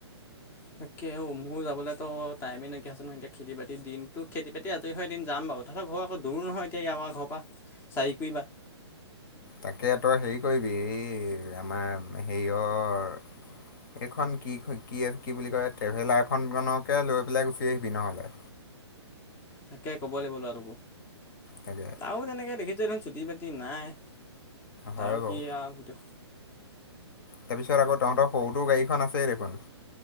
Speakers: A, on the left (about 15°); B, on the left (about 50°).
A: তাকে অ, মোৰ যাবলৈতো টাইমেই নাইকিয়া হৈছে নহয় এতিয়া খেতি বাতি দিনতটো খেতি বাতি আজৰি হয় দিন যাম বাৰু। তহঁতৰ ঘৰ আকৌ দূৰ নহয় এতিয়া আমাৰ ঘৰ পৰা চাৰিকুৰি বাট
B: তাকে তই হেৰি কৰিবি এই আমাৰ হেৰিয়ৰ এইখন কি- কি -কি বুলি কয় ট্ৰেভেলাৰ খনকে লৈ পেলাই গুচি আহিবি নহলে।
A: তাকে ক'ব লাগিব লৰাটোক।
B: তাকে
A: আৰু তেনেকৈ দেখিছই দেখোন চুটি বাতি নাই
B: হয়
A: তাৰ
B: বাৰু
A: সি আৰু গোটেই
B: তাৰপিছত আকৌ তহঁৰ সৰুটো গাড়ীখন আছেই দেখোন।